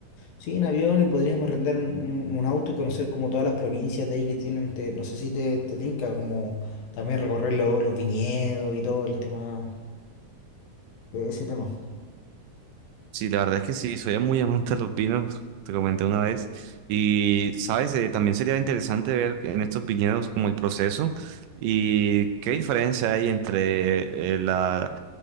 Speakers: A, on the left; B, on the right.
A: sí, en avión y podríamos rentar un, un- un auto y conocer como todas las provincias de ahí que tienen. Te- no sé si te, te tinca, como también recorrer lo- los viñedos y todo el tema, e, ese tema.
B: Sí, la verdad es que sí, soy muy amante de los vinos, te comenté una vez. Y, sabes, Eh, también sería interesante ver en estos viñedos como el proceso y qué diferencia hay entre eh, la,